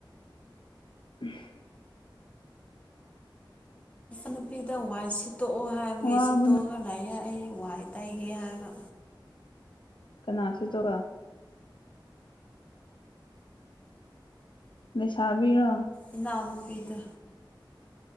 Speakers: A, on the left; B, on the left.
A: <unintelligible>
B: ꯅꯨꯄꯤꯗ ꯋꯥꯁꯤ ꯇꯣꯛꯑꯣ ꯍꯥꯏꯕꯒꯤ
A: ꯋꯥꯕꯅ
B: ꯁꯤ ꯇꯣꯛꯑꯒ ꯂꯥꯏꯏ ꯑꯩ ꯋꯥꯏ ꯇꯩꯒꯦ ꯍꯥꯏꯕ
A: ꯀꯅꯥꯁꯤꯗꯨ ꯑ ꯁꯥꯕꯤꯔꯣ
B: ꯏ ꯅꯨꯄꯤꯗ